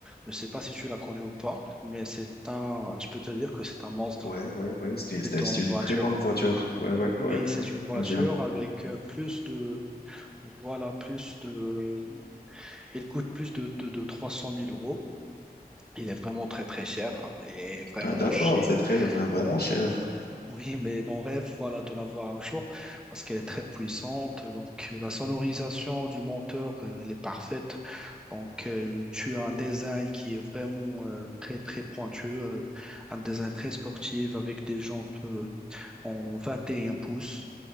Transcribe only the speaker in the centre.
Je sais pas si tu la connais ou pas, mais c'est un, je peux te dire que c'est un monstre.
C'est une
voiture.
Oui,
c'est une voiture
avec euh, plus de, voilà, plus de, elle coûte plus de, de, de trois cent mille euros. Il est vraiment très très cher, mais vraiment
chez,
c'est Oui, mais mon rêve, voilà, de l'avoir un jour, parce qu'elle est très puissante. Donc, euh, la sonorisation du monteur, euh, elle est parfaite. Donc, euh, tu as un design qui est vraiment euh, très, très pointueux, euh, un design très sportif avec des jantes euh, en 21 pouces.